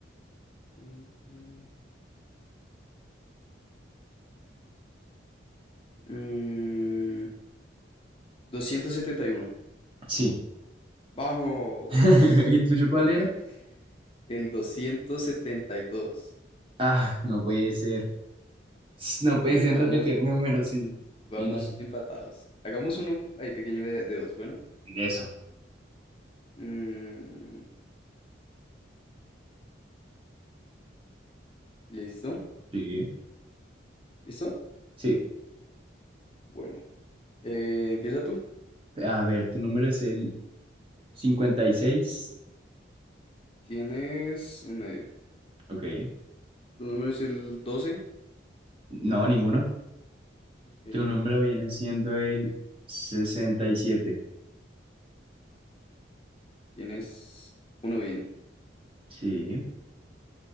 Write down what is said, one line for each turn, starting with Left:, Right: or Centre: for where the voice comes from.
Left: Dos, nueve, nueve. Mm, 271.
Right: Sí.
Left: Vamos.
Right: <laughs> ¿Y el tuyo
Left: <laughs>
Right: cuál era?
Left: El 272.
Right: Ah, no puede ser. <laughs> No
Left: Bueno,
Right: pueden repetir
Left: vamos,
Right: números, sí.
Left: vamos
Right: Bien ahí.
Left: empatados. Hagamos uno ahí pequeño de, de dos. Bueno.
Right: Eso.
Left: Mm, listo.
Right: Sí.
Left: ¿Listo?
Right: Sí.
Left: Bueno. Eh, empieza tú.
Right: A ver, tu número es el cincuenta y seis
Left: Tienes un medio.
Right: Ok.
Left: Tu número es el 12.
Right: No, ninguno.
Left: Ok.
Right: Tu número viene siendo el sesenta y siete
Left: Tienes uno bien.
Right: Sí.